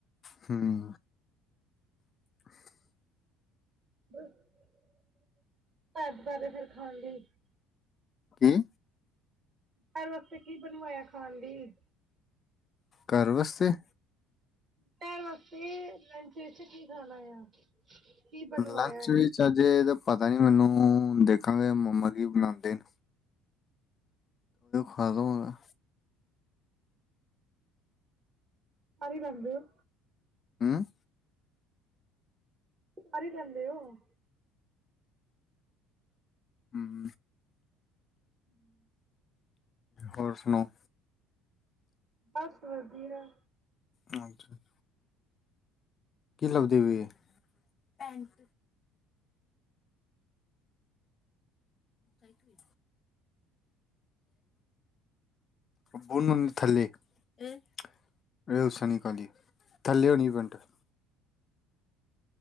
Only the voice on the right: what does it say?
<unintelligible>
ਘਰ ਵਾਸਤੇ ਕੀ ਬਣਵਾਇਆ ਖਾਣ ਦੀ-
ਪੈਰ ਵਾਸਤੇ ਲੰਚ ਵਿੱਚ ਕੀ ਖਾਣਾ ਆ ਕੀ ਬਣਵਾਇਆ
ਹੈ
ਸ ਹੀ ਰਹਿੰਦੇ ਹੋ
ਘਰ ਇਹ ਰਹਿੰਦੇ ਹੋ-
ਹਮ <inaudible>
ਬਸ ਵਧੀਆ-